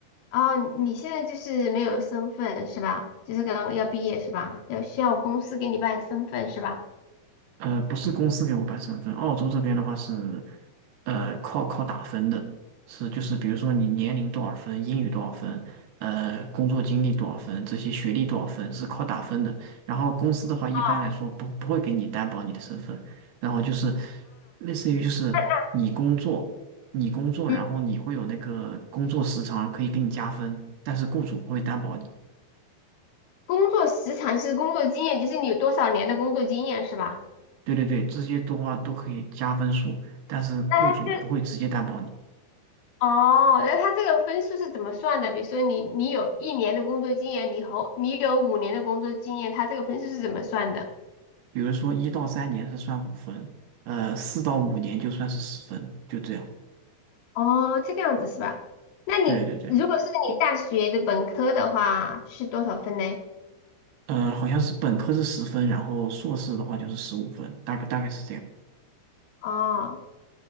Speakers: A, on the left; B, on the right.
A: 哦，你现在就是没有身份是吧？就是刚刚要毕业是吧？要需要公司给你办身份是吧？
B: 呃，不是公司给我办身份，澳洲这边的话是，呃，靠靠打分的，是就是比如说你年龄多少分，英语多少分，呃，工作经历多少分，这些学历多少分是靠打分的。然后公司的话，一般来说不不会给你担保你的身份，
A: 哦，
B: 然后就是类似于就是你工作，
A: 那
B: 你工作，
A: 那嗯
B: 然后你会有那个工作时长可以给你加分，但是雇主不会担保你。
A: 工作时长是工作经验，就是你有多少年的工作经验是吧？
B: 对对对，这些的话都可以加分数，但是雇主不会直接担保你。
A: 那这哦，那他这个分数是怎么算的？比如说你你有一年的工作经验，你和你有五年的工作经验，他这个分数是怎么算的？
B: 比如说一到三年是算五分，呃，四到五年就算是十分，就这样。
A: 哦，这个样子是吧？那你如果是你大学的本科的话是多少分呢？
B: 对对对，呃，好像是本科是十分，然后硕士的话就是十五分，大概大概是这样。
A: 哦，